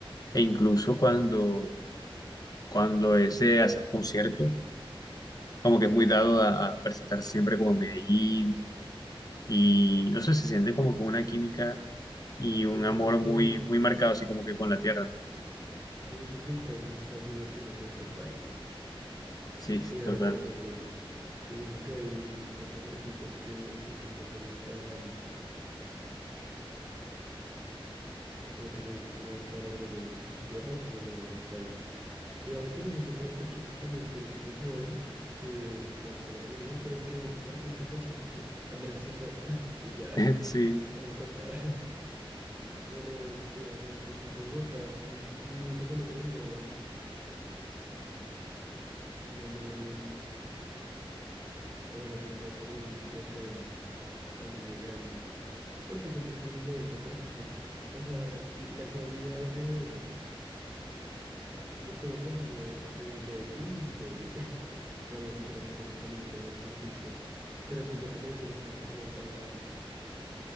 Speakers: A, on the left; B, on the right.
A: E incluso cuando, cuando es de hacer conciertos, como que es muy dado a, a presentarse siempre como en Medellín, y no sé, se siente como que una química y un
B: Yo siento
A: amor
B: que,
A: muy, muy marcado, así como que con la tierra. ¿no?
B: yo siento que el país está muy orgulloso de ser paisa,
A: Sí,
B: y eso
A: total.
B: me parece bien. Yo siento que hay pocos artistas que se sientan como tan como te lo digo, como tan orgullosos de sus tierras como los, los paisas. Digamos que yo siento que los cachacos también tienen como su vaina, que pues están orgullosos, pero es que artista cachaco que Andrés Cepeda, <laughs> y ya,
A: <laughs> Sí,
B: para de contar. <laughs> O sea, no, digamos, artistas de Bogotá, así muy reconocidos, no, no me, o sea, no tendría como un referente así muy grande, porque siento que el 90% o sea, la economía de De Colombia se mueve entre Medellín y Medellín. <laughs> No, mentiras, la costa también tiene buenos artistas. Pero siento que Medellín es como el que más ha,